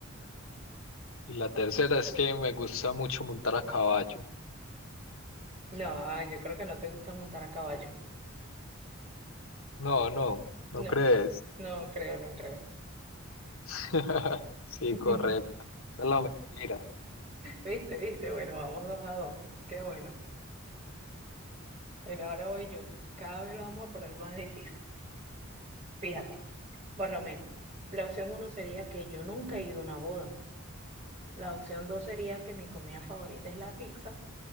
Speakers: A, on the left; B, on the right.
A: Y la tercera es que me gusta mucho montar a caballo.
B: No, ay, yo creo que no te gusta montar a caballo.
A: No, no,
B: No,
A: ¿no crees?
B: no creo, no creo.
A: <laughs> Sí,
B: <laughs>
A: correcto. Esa Es la mentira.
B: Viste, viste, bueno, vamos dos a dos. Qué bueno. Bueno, ahora voy yo. Cada vez lo vamos a poner más difícil. Fíjate, por lo menos. La opción uno sería que yo nunca he ido a una boda. La opción dos sería que mi comida favorita es la pizza.